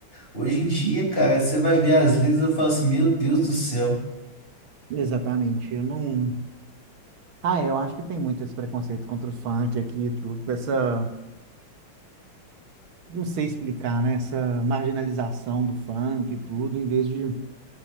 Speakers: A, on the left; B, on the right.
A: Hoje em dia, cara, você vai ver as letras e fala assim: Meu Deus do céu.
B: Exatamente, eu não... Ah, é, eu acho que tem muito esse preconceito contra o funk aqui e tudo, essa, não sei explicar, né, essa marginalização do funk e tudo, em vez de